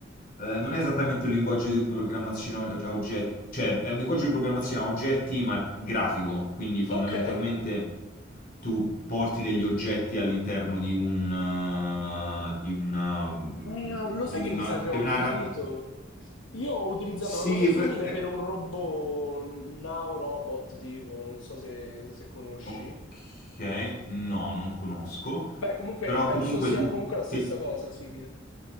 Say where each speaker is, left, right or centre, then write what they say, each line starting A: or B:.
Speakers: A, on the left (about 45°); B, on the left (about 85°).
A: eh, non è esattamente un linguaggio di programmazione a oggetti, cioè è un linguaggio di programmazione a oggetti, ma è grafico, quindi fondamentalmente
B: Ok.
A: tu porti degli oggetti all'interno di un uh, di una di
B: Ah, lo sai
A: una
B: che mi sa che
A: di
B: ho
A: un'area
B: capito? Io ho utilizzato
A: sì
B: una cosa
A: è
B: simile
A: pre- è-
B: per un robot, Now Robot, tipo, non so se, se conosci.
A: ok no non conosco
B: Beh, comunque
A: però
B: penso
A: comunque
B: sia
A: tu
B: comunque la stessa
A: che
B: cosa, simile.